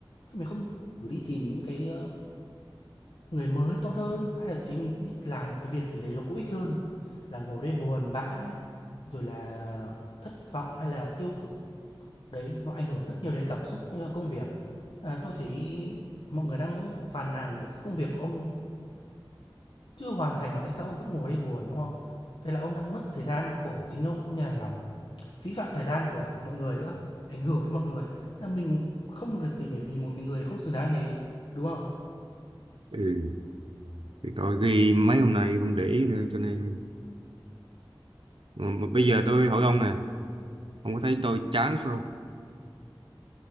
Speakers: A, on the left; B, on the right.
A: Sao mình không thử đi tìm những cái, ơ, người mới tốt hơn, hay là thậm chí mình đi làm một cái việc gì đấy nó có ích hơn là ngồi đây buồn bã, rồi là thất vọng hay là tiêu cực. Đấy, nó ảnh hưởng rất nhiều đến cảm xúc như là công việc. À, tôi thấy mọi người đang phàn nàn về cái công việc của ông chưa hoàn thành mà tại sao ông vẫn ngồi đây buồn, đúng không? Đây là ông đang mất thời gian của chính ông cũng như là làm phí phạm thời gian của mọi người nữa, ảnh hưởng đến mọi người. Là mình không việc gì phải vì một cái người không xứng đáng thế, đúng không?
B: Ừ. Thì tôi ghi mấy hôm nay không để ý nữa cho nên... Mà, mà bây giờ tôi hỏi ông nè Ông có thấy tôi chán không?